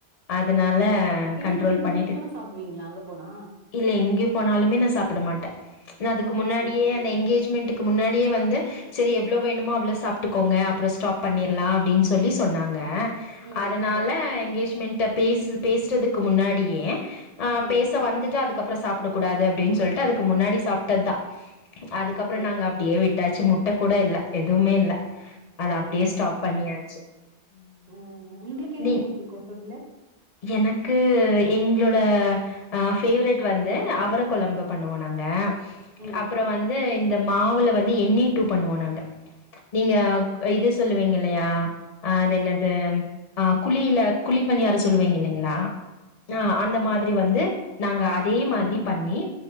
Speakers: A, on the left (about 50°); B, on the right (about 40°).
A: அதுனால
B: இதே
A: கண்ட்ரோல்
B: நீங்க உங்க
A: பண்ணிட்டு
B: வீட்டுக்கு
A: இருக்
B: போனா சாப்டுவீங்களா அங்க போனா
A: இல்ல இங்கயு போனாலுமே நா சாப்ட மாட்டே நா அதுக்கு
B: ஓகே
A: முன்னாடியே அந்த எங்கேஜ்மெண்ட்டு க்கு முன்னாடியே வந்து செரி எவ்ளோ வேணுமோ அவ்ளோ சாப்ட்டுக்கோங்க அப்பறோ ஸ்டாப் பண்ணிர்லா அப்டின் சொல்லி சொன்னாங்க
B: ம்
A: அதனால எங்கேஜ்மெண்ட் கிட்ட பேசு பேசுறதுக்கு முன்னாடியே ஆ
B: ம்
A: பேச வந்துட்டு அதுக்கப் ப்றோ சாப்ட கூடாது அப்டின் சொல்ட்டு அது க்கு முன்னாடி சாப்ட்டத்தா அதுக்கப்றோ
B: ஓகே
A: நாங்க
B: ஓகே
A: அப்டியே விட்டாச்சு முட் ட கூட இல்ல எதுவுமே இல்ல அத
B: ஓகே
A: அப்டியே ஸ்டாப்
B: ஓகேங்க
A: பண்ணியாச்சு
B: ம் ம் உங்களுக்கு என்ன
A: நீ
B: ரொம்ப பிடிக்கும் சொல்ல
A: எனக்கு எங்களோட ஃப்வரெட் வந்து அவர கொழம்பு பண்ணுவோ நாங்க
B: ம்
A: அப்பறோ வந்து இந்த மாவுல வந்து எண்ணி டூ பண்ணுவோ நாங்க நீங்க
B: ஓ
A: இது சொல்லுவீங்க இல்லையா அது என்னது ஆ குழியில குழிப்பணியாரோ சொல்லுவீங்க இல்லைங்களா ஆ அந்த மாதிரி வந்து நாங்க அதே மாதிரி பண்ணி